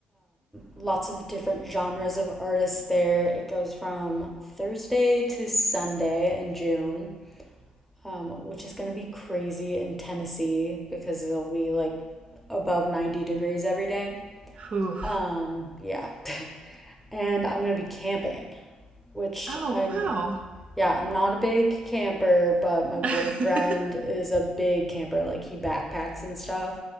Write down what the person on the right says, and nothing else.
Whew.
Oh,
wow.
<laughs>